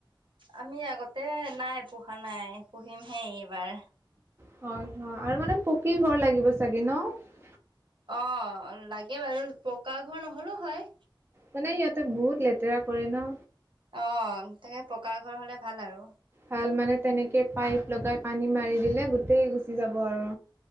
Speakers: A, on the right; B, on the right.
A: আমি আগতে নাই পোহা নাই পুহিমহে এইবাৰ।
B: হয় হয়
A: অ লাগে বাৰু পকা ঘৰ নহলেও হয়।
B: মানে ইয়াতে বহুত লেতেৰা কৰে ন।
A: অ তাকে পকা ঘৰ হলে ভাল আৰু।
B: ভাল মানে তেনেকৈ পাইপ লগাই পানী মাৰি দিলে গোটেই গুচি যাব আৰু